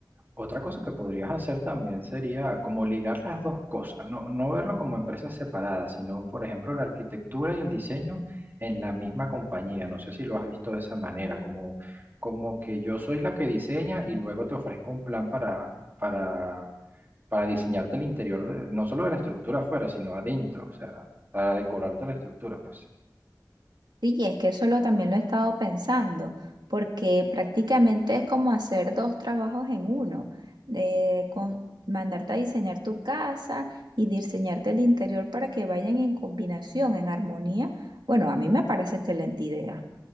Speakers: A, on the right (about 30°); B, on the right (about 85°).
A: Otra cosa que podrías hacer también sería como ligar las dos cosas, no, no verlo como empresas separadas, sino, por ejemplo, la arquitectura y el diseño en la misma compañía. No sé si lo has visto de esa manera, como, como que yo soy la que diseña y luego te ofrezco un plan para, para, para diseñarte el interior, de- no solo de la estructura afuera, sino adentro, o sea, para decorarte la estructura, pues.
B: Sí, y es que eso lo, también lo he estado pensando, porque prácticamente es como hacer dos trabajos en uno, de con- mandarte a diseñar tu casa y diseñarte el interior para que vayan en combinación, en armonía. Bueno, a mí me parece excelente idea.